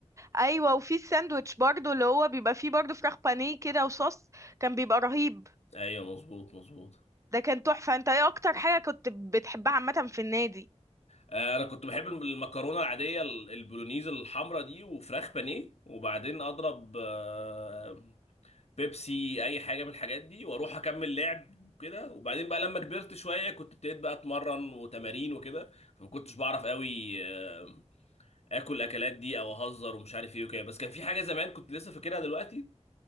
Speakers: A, on the right (about 25°); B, on the left (about 60°).
A: أيوة وفي الساندوتش برضو اللي هو بيبقى فيه برضو فراخ بانيه كده وصوص كان بيبقى رهيب
B: ايوه مظبوط مظبوط
A: ده كان تحفة انت ايه أكتر حاجة كنت بتحبها عامة في النادي
B: آه، انا كنت بحب الم- المكرونه العاديه ال- البولونيز الحمراء دي وفراخ بانيه وبعدين اضرب آه، بيبسي اي حاجه من الحاجات دي واروح اكمل لعب كده وبعدين بقى لما كبرت شويه كنت ابتديت بقى اتمرن وتمارين وكده فما كنتش بعرف قوي آه، اكل الاكلات دي او اهزر ومش عارف ايه وكده بس كان في حاجه زمان كنت لسه فاكرها دلوقتي